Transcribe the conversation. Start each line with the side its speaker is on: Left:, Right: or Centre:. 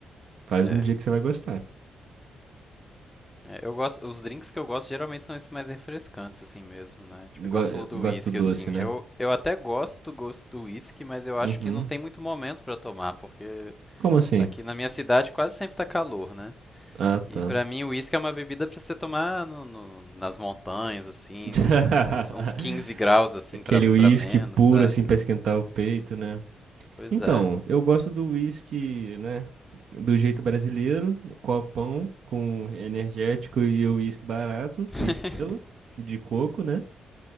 Right: Faz
Left: É.
Right: um dia que você vai gostar.
Left: É, eu gosto, os drinks que eu gosto geralmente são esses mais refrescantes, assim mesmo, né? Tipo,
Right: Go-
Left: igual você
Right: eu
Left: falou do
Right: Gosto
Left: whisky,
Right: do
Left: assim.
Right: doce, né?
Left: Eu, eu até gosto do gosto do whisky, mas eu
Right: Uhum.
Left: acho que não tem muito momento pra tomar, porque
Right: Como assim?
Left: aqui na minha cidade quase sempre tá calor, né?
Right: Ah, tá.
Left: E pra mim, o uísque é uma bebida pra você tomar no- no- nas montanhas, assim,
Right: <laughs>
Left: no, tipo uns, uns 15 graus, assim,
Right: Aquele
Left: pra, pra
Right: uísque
Left: menos,
Right: puro,
Left: sabe?
Right: assim, pra esquentar o peito, né?
Left: Pois
Right: Então,
Left: é.
Right: eu gosto do uísque, né? Do jeito brasileiro, no copão, com energético e o uísque barato,
Left: <laughs>
Right: e gelo, e de coco, né?